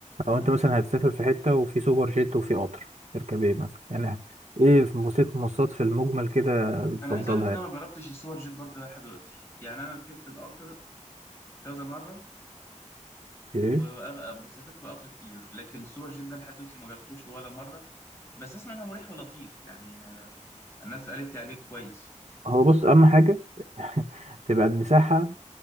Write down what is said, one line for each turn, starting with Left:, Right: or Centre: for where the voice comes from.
Right: لو
Left: مم.
Right: انت مثلا هتسافر في حته وفي سوبر جيت وفي قطر تركب ايه مثلا يعني ايه في وسيله المواصلات في المجمل كده بتفضلها
Left: انا عايز اقول لك ان انا ما جربتش السوبر جيت برضه لحد دلوقتي يعني انا ركبت القطر كذا مره
Right: ايه
Left: وأغ- بس سافرت بالقطر كتير لكن سوبر جيت ده لحد دلوقتي ما جربتوش ولا مرة بس اسمع انه مريح ولطيف يعني آه، الناس قالت لي عليه كويس
Right: هو بص اهم حاجه <laughs> تبقى المساحه